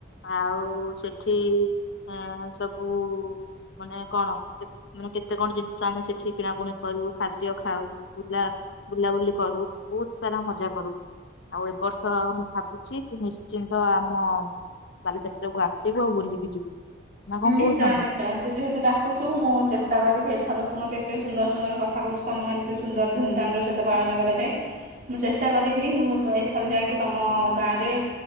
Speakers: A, on the left (about 75°); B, on the right (about 45°).
A: ଆଉ ସେଠି ଏଁ ସବୁ ମାନେ କଣ ସେଠି ମାନେ କେତେ କଣ ଜିନି ସ ଆମେ ସେଠି କିଣାକୁଣି କରୁ, ଖାଦ୍ୟ ଖାଉ, ବୁଲା ବୁଲାବୁଲି କରୁ ବହୁତ ସାରା ମଜା କରୁ, ଆଉ, ଏ ବର୍ଷ ମୁଁ ଭାବୁଛି ତୁ ନିଶ୍ଚିନ୍ତ ଆମ ବାଲିଯାତ୍ରାକୁ ଆସିବୁ ଆଉ ବୁଲିକି ଯିବୁ। ନା କଣ
B: ନିଶ୍ଚୟ
A: କହୁଛୁ ସାଙ୍ଗ?
B: ନିଶ୍ଚୟ ତୁ ଯେହେତୁ ଡାକୁଚୁ ମୁଁ ଚେଷ୍ଟା କରିବି ଏଥର ତୁ ମୋତେ ଏତେ ସୁନ୍ଦର ସୁନ୍ଦର କଥା କହୁଚୁ, ତୋମ ଗାଁରେ ଏତେ ସୁନ୍ଦର ଧୁମଧାମ୍ ର ସହିତ ପାଳନ କରାଯାଏ, ମୁଁ ଚେଷ୍ଟା କରିବି ମୁଁ ଏଥର ଯାଇକି ତୋମ ଗାଁରେ